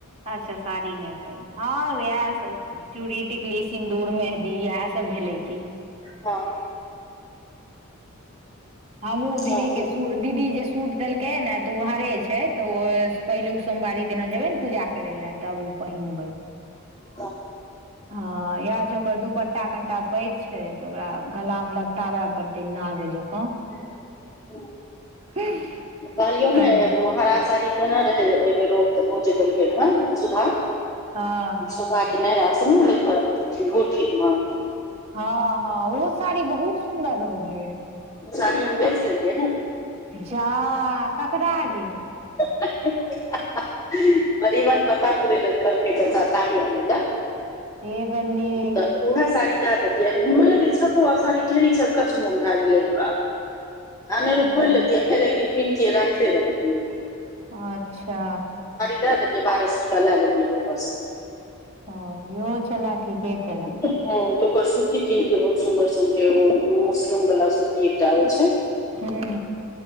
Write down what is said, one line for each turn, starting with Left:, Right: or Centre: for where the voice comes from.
Right: अच्छा साड़ी नहि पहिनै हँ इएह सब चूड़ी टिकली सिन्दूर मेहदी इएह सब। तब भेलै कि।
Left: हँ
Right: हमहु दीदी
Left: हँ
Right: के सुर। दीदी जे सूट देलकै ने तऽ ओ हरे छैय तऽ ओ पहिलुक सोमवारी दिना जेबे अःअःअःऑःने पूजा करै लऽ तब ओ पहिनबै।
Left: <inaudible>
Right: हँ इएह छैय ओकर दुपट्टा कनटा पैघ छैय तऽ ओकरा गला में लपटावय प तैइ नाग जकाँ।
Left: <unintelligible>
Right: <unintelligible>
Left: कहलियौ
Right: तब
Left: नइ अइ म हरा साड़ी देने रहैय ओहि बेर ओ। तऽ ओ जे <unintelligible> सुधा।
Right: हँ
Left: सुधा कें नैहरा से नइ एलौ गुड़ खीर म।
Right: हँ हँ ओ साड़ी बहुत सुन्दर रहौ गे।
Left: ओ साड़ी हम बेच लेलियै नऽ।
Right: जा ककरा गे।
Left: <unintelligible> मरीबन पता पुरे लऽ कहलकै चच्चा साड़ी अऽ नैय लऽ।
Right: हे बल्ले
Left: तऽ ओएह साड़ी दाए देलियै, उए जे छपुआ साड़ी ढ़ेरी छैय, अकच्छ मोन भाए गेलैय। आनेरु
Right: हँ
Left: खोलि लेतियै फेर एक दिन पिन्हतियै राखते रहतियै।
Right: अच्छा
Left: दाए देलियै बारह सए टाका लाए देलियै बुढ़वा सँ।
Right: हं इहो छले ठीके केंले।
Left: हं त ओकर सूती किनलिय हाउसमबर, ओ मशरूम बला सूती एकटा आबि छय।
Right: हूं।